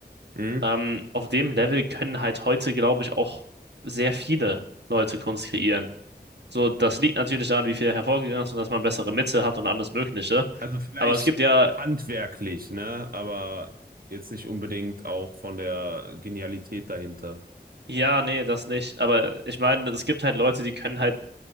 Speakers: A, on the right; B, on the right.
A: Mhm.
B: ähm, auf dem Level können halt heute, glaube ich, auch sehr viele Leute Kunst kreieren. So, das liegt natürlich daran, wie viel hervorgegangen ist und dass man bessere Mitte hat und alles Mögliche.
A: Also vielleicht
B: Aber es gibt ja,
A: handwerklich, ne? Aber jetzt nicht unbedingt auch von der Genialität dahinter.
B: ja, nee, das nicht. Aber ich meine, es gibt halt Leute, die können halt